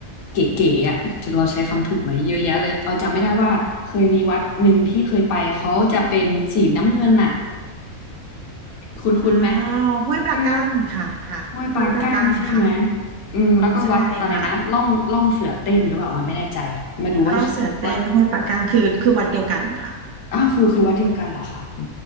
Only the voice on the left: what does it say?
เก๋ๆอ่ะจะเราใช้คำถูกไหมเยอะแยะเลยเราจำไม่ได้ว่าเคยมีวัดหนึ่งที่เคยไปเขาจะเป็นสีน้ำเงินอ่ะ
คุณคุณไหม
ที่ห้วยปลาก้างใช่ไหมอืมแล้วก็วัดอะไรนะล่องล่องเสือเต้นหรือเปล่าออยไม่แน่ใจไม่รู้ว่าว่า
อ้าวคือคือวัดเดียวกันเหรอคะอื